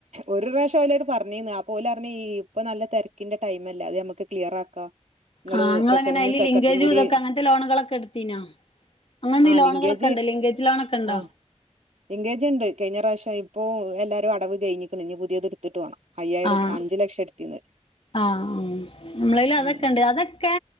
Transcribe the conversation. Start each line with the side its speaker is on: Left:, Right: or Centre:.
Right: ഒരു പ്രാവശ്യം അവല്ലട് പറഞ്ഞെന്ന് ആപ്പോല് പറഞ്ഞ് ഈ ഇപ്പൊ നല്ല തെരക്കിന്റെ ടൈം അല്ലേ അത് നമുക്ക് ക്ലിയർ ആക്കാം. നിങ്ങള്
Left: ആഹ് ഇങ്ങളെങ്ങനെ
Right: പ്രസിഡന്റും
Left: അയ്ല്
Right: സെക്രട്ടറിയും
Left: ലിങ്കേജ്
Right: കൂടി
Left: ഇതൊക്കെ അങ്ങനത്തെ ലോണുകളൊക്കെ എടുത്തീനോ. അങ്ങനെത്തേ
Right: ആ
Left: ഈ ലോണുകളൊക്കെ
Right: ലിങ്കേജ്
Left: ഇണ്ടോ ലിങ്കേജ് ലോണൊക്കെ ഇണ്ടോ.
Right: ആ ലിങ്കേജ് ഇണ്ട് കഴിഞ്ഞ പ്രാവശ്യം ഇപ്പോ എല്ലാരും അടവ് കഴിഞ്ഞിക്കണ് ഇനി പുതിയത് എടുത്തിട്ട് വേണം. അയ്യായിരം
Left: ആഹ്
Right: അഞ്ചു ലക്ഷം എടുത്തീന്ന്
Left: ആഹ് ആഹ് നമ്മളേല് അതൊക്കെണ്ട്
Right: ഉം
Left: അതൊക്കെ